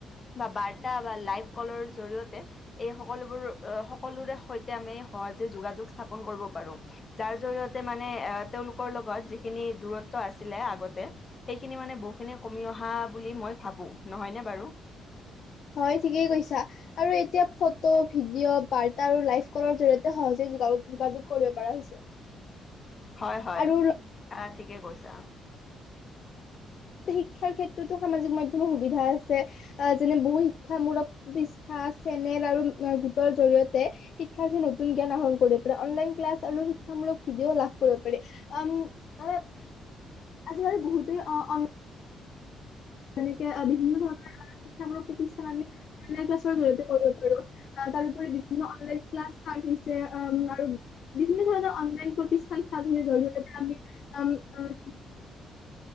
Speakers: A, on the left (about 30°); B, on the left (about 60°).
A: বা বাৰ্তা বা লাইফ কলৰ জৰিয়তে এই সকলোবোৰ সকলোৰে সৈতে আমি সহজে যোগাযোগ স্থাপন কৰিব পাৰো, যাৰ জৰিয়তে মানে তেওঁলোকৰ লগত যিখিনি দূৰত্ব আছিল আগতে সেইখিনি মানে বহুখি কমি অহা বুলি মই ভাবোঁ। বাৰু
B: হয় ঠিকেই কৈছা। আৰু এতিয়া ফটো ভিডিঅ' বাৰ্তা আৰু লাইফ কলৰ জৰিয়তে সহজে যোগাযোগ কৰিব পাৰা হৈছে।
A: হয় হয়
B: আৰু
A: অ', ঠিকে কৈছা।
B: শিক্ষাৰ ক্ষেত্ৰতো সামাজিক মাধ্যমৰ সুবিধা আছে, যেনে বহু শিক্ষামূলক পৃষ্ঠা চেনেল আৰু গোটৰ জৰিয়তে শিক্ষাৰ্থীয়ে নতুন জ্ঞান আহৰণ কৰিব পাৰে, অনলাইন ক্লাছ আৰু শিক্ষামূলক ভিডিঅ' লাভ কৰিব পাৰি, আম আ
A: <inaudible>
B: আজিকালি বহুতেই অ', অঁ তেনেকে বিভিন্ন ধৰণৰ শিক্ষামূলক প্ৰতিষ্ঠান আমি অনলাইন ক্লাছৰ জৰিয়তে কৰিব পাৰো, আহ তাৰোপৰি বিভিন্ন অনলাইন ক্লাছ ষ্টাৰ্ট হৈছে আৰু বিভিন্ন ধৰণৰ অনলাইন প্ৰতিষ্ঠান জৰিয়তে আমি আ